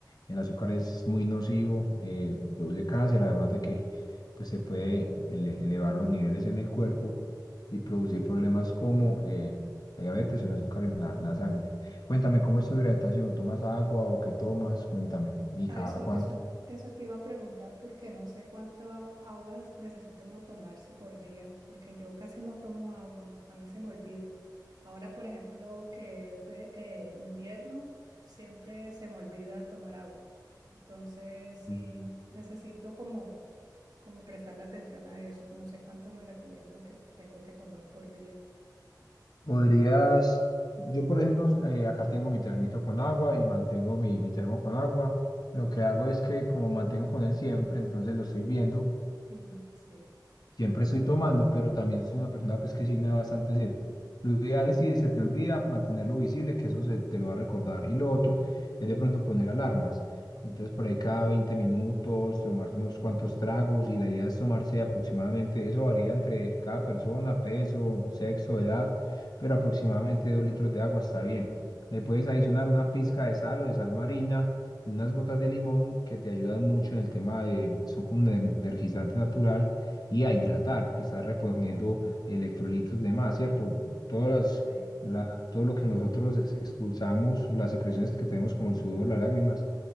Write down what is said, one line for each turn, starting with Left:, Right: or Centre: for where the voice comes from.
Left: El azúcar es muy nocivo, eh, produce cáncer, además de que pues, se puede ele- elevar los niveles en el cuerpo y producir problemas como eh, la diabetes o el azúcar en la en la sangre. Cuéntame, ¿cómo es tu hidratación? ¿Tomas agua o qué tomas? Cuéntame. ¿Y
Right: Ah,
Left: cada
Right: eso,
Left: cuánto?
Right: eso, eso te iba a preguntar porque no sé cuánto agua necesita uno tomarse por día, porque yo casi no tomo agua, a mí se me olvida. Ahora, por ejemplo, que es ve- eh, invierno, siempre se me olvida tomar agua. Entonces, sí,
Left: Sí.
Right: necesito como, como prestarle atención a eso. No sé cuánto me recomiendas que tengo que tomar por día.
Left: Podrías, yo por ejemplo, eh, acá tengo mi termito con agua y mantengo mi, mi termo con agua. Lo que hago es que como mantengo con él siempre, entonces lo estoy viendo.
Right: Mm, sí,
Left: siempre estoy tomando, pero también soy una persona pues que sí me da bastante sed. Lo ideal es si se te olvida mantenerlo visible, que eso se, te lo va a recordar. Y lo otro es de pronto poner alarmas. Entonces por ahí cada 20 minutos, tomarse unos cuantos tragos y la idea es tomarse aproximadamente, eso varía entre cada persona, peso, sexo, edad, pero aproximadamente dos litros de agua está bien. Le puedes adicionar una pizca de sal o de sal marina y unas gotas de limón que te ayudan mucho en el tema de, son como un energizante natural y a hidratar, porque estás reponiendo electrolitos de más, ¿cierto? Todas las,
Right: sí.
Left: la- todo lo que nosotros ex- expulsamos, las secreciones que tenemos como el sudor, las lágrimas,